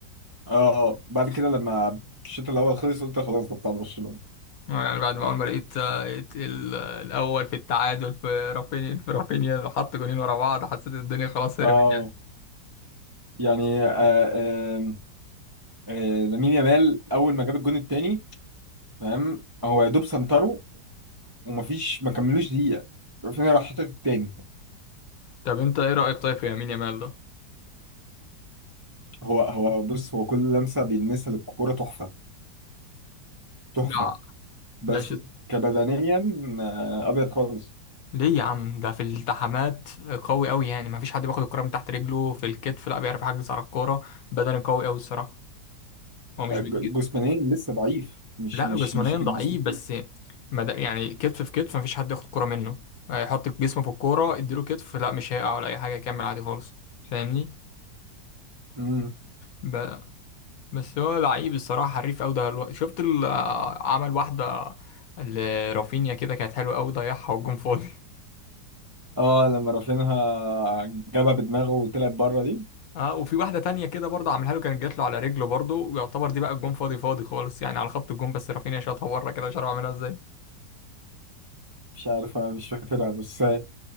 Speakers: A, on the right; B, on the left.
A: اه آه. بعد كده لما الشوط الاول خلص قلت خلاص ده بتاع برشلونه
B: يعني بعد ما اول ما لقيت آه، لقيت ال- الاول في التعادل في رافينيا في رافينيا حط جولين ورا بعض حسيت الدنيا خلاص هربت
A: اه
B: يعني
A: يعني آه آه آه لامين يامال اول ما جاب الجون التاني فاهم هو يا دوب سنتره ومفيش ما كملوش دقيقة رافينيا راح حاطط التاني
B: طب انت ايه رايك طيب في يمين يامال ده
A: هو هو بص هو كل لمسة بيلمسها للكورة تحفة تحفة
B: ده
A: بس
B: ده ش...
A: كبدنيا آه، أبيض خالص
B: ليه يا عم ده في الالتحامات قوي قوي يعني ما فيش حد بياخد الكره من تحت رجله في الكتف لا بيعرف يحجز على الكوره بدني قوي قوي الصراحه هو مش
A: آه،
B: بيجي
A: ج- جسمانيا لسه ضعيف مش
B: لا
A: مش
B: جسمانيا
A: مش
B: ضعيف
A: الجسم
B: بس مد... يعني كتف في كتف ما فيش حد ياخد كره منه يحط جسمه في الكوره اديله كتف لا مش هيقع ولا اي حاجه يكمل عادي خالص فاهمني
A: مم.
B: ب... بس هو لعيب الصراحة حريف أوي ده الو- شفت ال- عمل واحدة لرافينيا كده كانت حلوة أوي ضيعها والجون فاضي <laughs>
A: اه لما رافينها جابها بدماغه وطلعت بره دي
B: اه وفي واحدة تانية كده برضه عملها له كانت جات له على رجله برضه ويعتبر دي بقى الجون فاضي فاضي خالص يعني على خط الجون بس رافينيا شاطها بره كده مش عارف اعملها ازاي
A: مش عارف أنا مش فاكرها بس آه،